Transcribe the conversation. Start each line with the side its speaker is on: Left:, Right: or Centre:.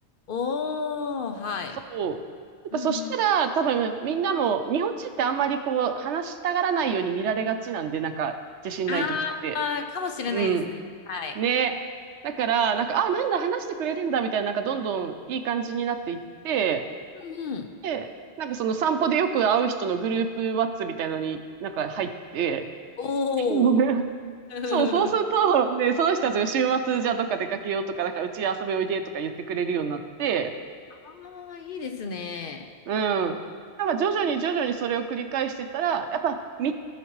Left: おー、はい。
Right: そう。やっぱそしたら、
Left: うんうん。
Right: 多分みんなも、日本人ってあんまりこう、話したがらないように見られがちなんで、なんか、自信ない時って。
Left: ああ、かもしれないですね。
Right: うん。
Left: はい。
Right: ね。だから、なんか、あ、なんだ、話してくれるんだ、みたいな、なんか、どんどんいい感じになっていって、
Left: うんうん。
Right: で、なんか、その散歩でよく会う人のグループワッツみたいのになんか入って、
Left: おー。
Right: <laughs>
Left: <laughs>
Right: そう、そうすると、ね、その人たちが週末、じゃあどっか出かけようとか、なんか、うち遊びおいでとか言ってくれるようになって、
Left: ああ、いいですね。
Right: うん。なんか、徐々に徐々にそれを繰り返してたら、やっぱ、道